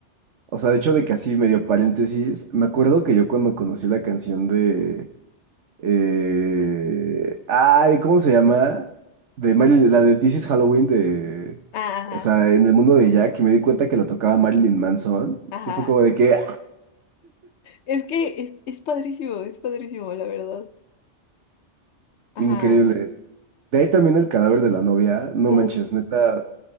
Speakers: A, on the right; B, on the left.
A: O sea, de hecho, de que así medio paréntesis, me acuerdo que yo cuando conocí la canción de Eh, ay, ¿cómo se llama? De Marilyn, la de This is Halloween de...
B: Ah, Ajá,
A: O sea, en el mundo de Jack y me di cuenta que la tocaba Marilyn Manson.
B: ajá.
A: Yo fue como de que... ¡ah!
B: Es que es, es padrísimo, es padrísimo, la verdad. Ajá.
A: Increíble. De ahí también el cadáver de la novia. No
B: Uf,
A: manches, neta.